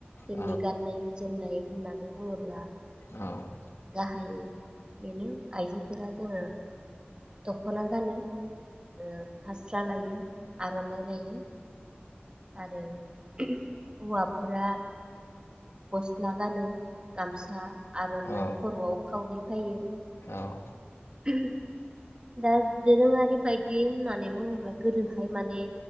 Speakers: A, on the right; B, on the left.
A: दिनि
B: औ
A: गाननै जोमनाय होननानै बुङोब्ला
B: औ।
A: गाहायै बेनो आइजोफोरा जोंङो दख'ना गानो। ओ फास्रा लायो। आर'नायइ लायो। आरो हौवाफोरा गस्ला गानो। गामसा आर'नाइ
B: औ
A: खर'आव खावरि हायो।
B: औ।
A: <unintelligible> दा दोरोंङारि बायदि होननानै बुंङोब्ला गोदोहाय माने